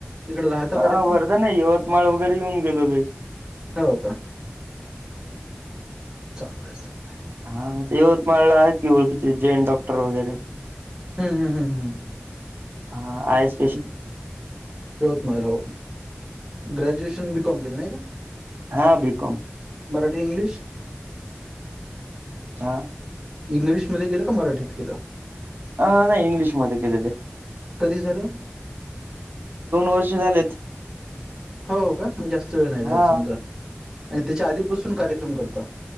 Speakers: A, on the right (about 15°); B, on the right (about 55°).
A: इकडे राहता
B: हा
A: कार्यक्रम
B: वर्धा नाही यवतमाळ वगैरे येऊन गेलो ब.
A: हो का. चांगलं, चांगलं.
B: हा यवतमाळला आहेत की ओळखीचे जेैन डॉक्टर वगैरे.
A: हम्म, हम्म, हम्म, हं.
B: हा आहेस.
A: यवतमाळ हो ग्रॅजुएशन बी, कॉम केलं नाही का?
B: हा बि, कॅम.
A: मराठी, इंग्लिश.
B: हा
A: इंग्लिशमध्ये ग केलं का मराठीत केलं
B: ह नाही इंग्लिश मधकले
A: कधी झालं
B: वर्ष झालेत.
A: हो का मग जास्त वेळ नाही जरा
B: हां,
A: समजा आणि त्याच्या आधीपासून कार्यक्रम करता